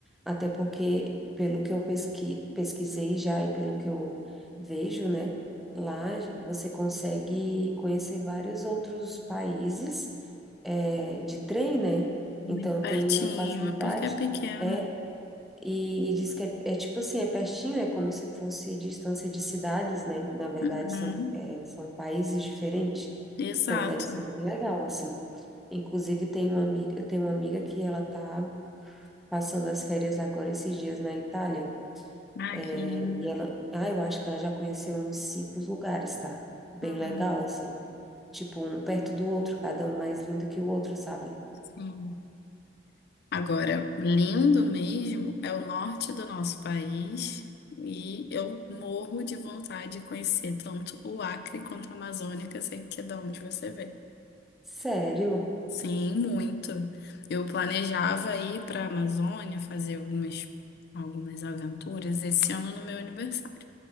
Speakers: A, in the centre; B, on the left.
A: até porque, pelo que eu pesqui, pesquisei já e pelo que eu vejo, né, lá você consegue conhecer vários outros países, é, de trem, né?
B: Muito
A: Então
B: pertinho,
A: tem uma facilidade.
B: é porque é pequena.
A: é e, e diz que é, é tipo assim, é pertinho, é como se fosse distância de cidades, né? Na verdade,
B: Uhum,
A: são, é, são países diferentes.
B: exato.
A: Então deve ser bem legal, assim. Inclusive, tem uma amiga, eu tenho uma amiga que ela tá passando as férias agora esses dias na Itália.
B: Ai, que
A: é,
B: linda.
A: e ela, ah, eu acho que ela já conheceu uns cinco lugares, tá? Bem
B: Uhum.
A: legal, assim. Tipo, um perto do outro, cada um mais lindo que o outro, sabe?
B: Sim. Agora, lindo mesmo é o norte do nosso país e eu morro de vontade de conhecer tanto o Acre quanto a Amazônia, que eu sei que é da onde você vem.
A: Sério?
B: Sim, muito. Eu planejava ir para a Amazônia fazer algumas, algumas aventuras esse ano no meu aniversário,